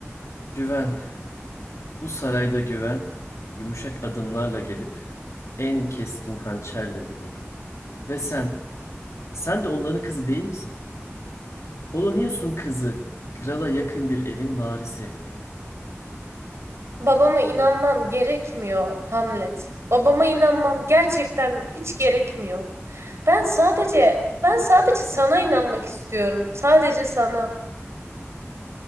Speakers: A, on the left; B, on the right.
A: Güven, bu sarayda güven, yumuşak adımlarla gelip en keskin hançerle vurur. Ve sen, sen de onların kızı değil misin? Polonius'un kızı, krala yakın bir evin varisi.
B: Babama inanmam gerekmiyor Hamlet. Babama inanmam gerçekten hiç gerekmiyor. Ben sadece, ben sadece sana inanmak istiyorum. Sadece sana.